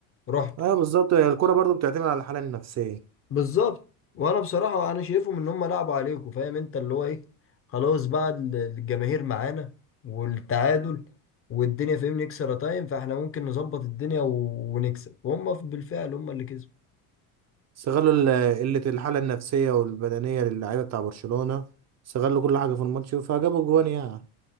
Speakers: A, on the left (about 30°); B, on the right (about 40°).
A: رحتوا
B: ايوه بالظبط هي الكرة برضو بتعتمد على الحالة النفسية
A: بالظبط وانا بصراحه انا شايفهم ان هم لعبوا عليكم فاهم انت اللي هو ايه خلاص بقى ال- الجماهير معانا والتعادل والدنيا فاهمني اكسترا تايم فاحنا ممكن نظبط الدنيا و- ونكسب وهم ف- بالفعل هم اللي كسبوا
B: استغلوا ال- قلة الحالة النفسية والبدنية للاعيبة بتاع برشلونة استغلوا كل حاجة في الماتش فجابوا جوان يعني